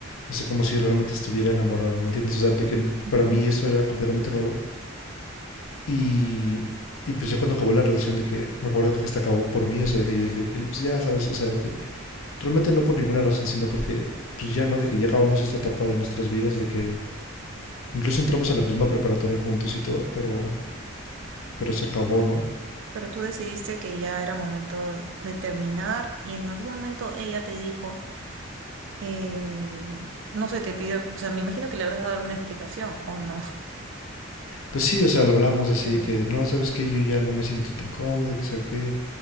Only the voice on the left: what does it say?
O sea, como si realmente estuviera enamorado, ¿me entiendes? O sea, de que
para mí esto era completamente nuevo. Y, y pues yo cuando acabó la relación de que, me acuerdo que hasta acabó por mí, o sea, de que yo dije, pues ya sabes, o sea, de que Realmente no por ninguna razón, sino porque pues ya no, de que ya acabamos esta etapa de nuestras vidas, de que incluso entramos a la misma preparatoria juntos y todo, pero, pero se acabó, ¿no?
Pues sí, o sea, lo hablamos
así
de
que, no, sabes que yo ya no me siento tan cómodo, que sabe qué,